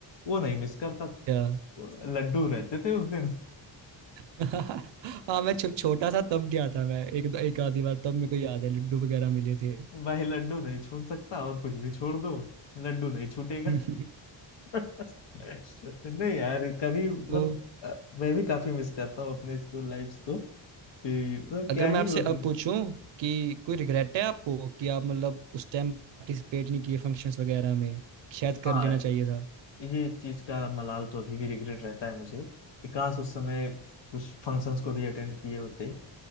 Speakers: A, on the left; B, on the right.
A: वो नहीं मिस करता
B: या
A: लड्डू रहते थे उस दिन
B: <laughs> हाँ मैं जब छोटा था तब गया था मैं एक एक आधी बार तब मेरे को याद है लड्डू वगैरह मिले थे
A: भाई लड्डू नहीं छोड़ सकता और कुछ भी छोड़ दो लड्डू नहीं छूटेगा
B: <laughs>
A: <laughs> नहीं यार कभी मतलब
B: तो
A: अ, मैं भी काफी मिस करता हूँ अपने स्कूल लाइफ्स को कि मतलब
B: अगर
A: क्या
B: मैं
A: ही
B: आपसे
A: वो दिन
B: अब पूछूं कि कोई रिग्रेट है आपको कि आप मतलब उस टाइम पार्टिसिपेट नहीं किए फंक्शंस वगैरह में शायद
A: हाँ
B: कर लेना चाहिए था
A: ये चीज का मलाल तो अभी भी रिग्रेट रहता है मुझे कि काश उस समय कुछ फंक्शंस को भी अटेंड किए होते